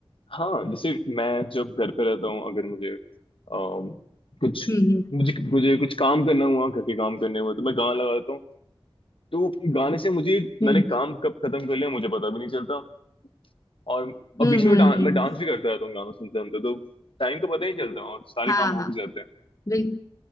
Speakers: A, on the left; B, on the left.
A: हाँ जैसे मैं जब घर पे रहता हूँ अगर मुझे अम, कुछ
B: हम्म
A: मुझे मुझे कुछ काम करना हुआ घर के काम करने हुए तो मैं गाना लगा देता हूँ तो गाने से मुझे मैंने
B: हम्म
A: काम कब खत्म कर लिया मुझे पता भी नहीं चलता और अब
B: हम्म
A: बीच में
B: हम्म
A: डां,
B: हम्म, हम्म,
A: मैं डांस भी करता रहता हूँ गाना सुनते सुनते तो टाइम का पता ही नहीं चलता और सारे
B: हाँ
A: काम हो
B: हाँ
A: भी जाते हैं
B: बिल,